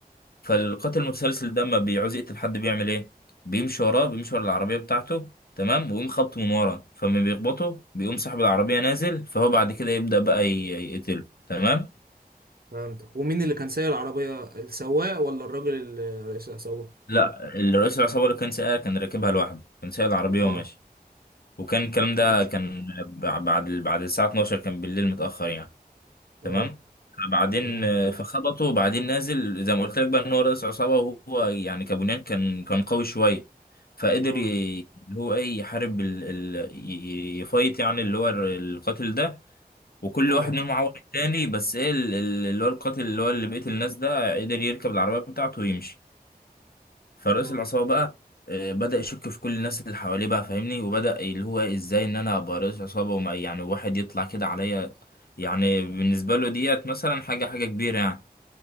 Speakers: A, on the left; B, on the right.
A: فالقاتل المتسلسل ده لما بيعوز يقتل حد بيعمل ايه بيمشي وراه بيمشي ورا العربيه بتاعته تمام ويقوم خبطه من ورا فما بيخبطه بيقوم صاحب العربيه نازل فهو بعد كده يبدا بقى ي- يقتله تمام
B: فهمتك ومين اللي كان سايق العربية السواق ولا الراجل ال- رئيس العصابة
A: لا الرئيس العصابه اللي كان سايقها كان راكبها لوحده كان سايق العربيه
B: اه
A: وماشي وكان الكلام ده
B: ماشي
A: كان ب- بعد بعد الساعه 12 كان بالليل متاخر يعني
B: اه
A: تمام بعدين
B: تمام
A: آه، فخبطه وبعدين نازل زي ما قلت لك بقى ان هو رئيس عصابه وهو يعني كابونيان كان كان قوي شويه فقدر
B: اه
A: ي- اللي هو ايه يحارب ال... ال... ي- يفايت يعني اللي هو القاتل ده وكل
B: اه
A: واحد منهم عور التاني بس ايه ال- ال- اللي هو القاتل اللي هو اللي بيقتل الناس ده قدر يركب العربيه بتاعته ويمشي فرئيس
B: اه
A: العصابة بقى آه، بدأ يشك في كل الناس اللي حواليه بقى فاهمني وبدأ اللي هو ازاي ان انا ابقى رئيس عصابة وما يعني واحد يطلع كده عليا يعني بالنسبة له ديت مثلا حاجة حاجة كبيرة يعني